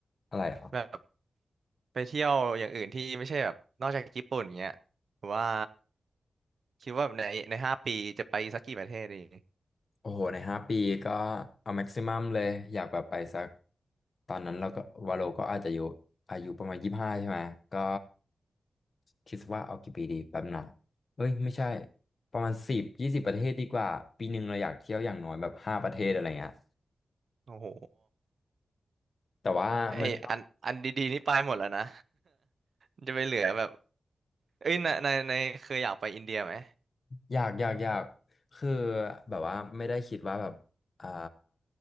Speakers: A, on the left; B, on the right.
A: อะไรเหรอ
B: แบบไปเที่ยวอย่างอื่นที่ไม่ใช่แบบนอกจากญี่ปุ่นเงี้ยหรือว่าคิดว่าในในห้าปีจะไปสักกี่ประเทศดี
A: โอ้โหในห้าปีก็เอาแม็กซิมัมเลยอยากแบบไปสักตอนนั้นเราก็วาโลก็อาจจะอยู่อายุประมาณยี่สิบห้าใช่ไหมก็คิดว่าเอากี่ปีดีแป๊บหนึงเอ้ยไม่ใช่ประมาณสิบยี่สิบประเทศดีกว่าปีหนึ่งเราอยากเที่ยวอย่างน้อยแบบห้าประเทศอะไรเงี้ย
B: โอ้โห
A: แต่ว่ามัน
B: ไออันอันดีๆนี่ไปหมดแล้วนะ <laughs> จะไปเหลือแบบ เอ้ยในในในเคยอยากไปอินเดียไหม
A: อยากอยากอยากคือแบบว่าไม่ได้คิดว่าแบบอ่า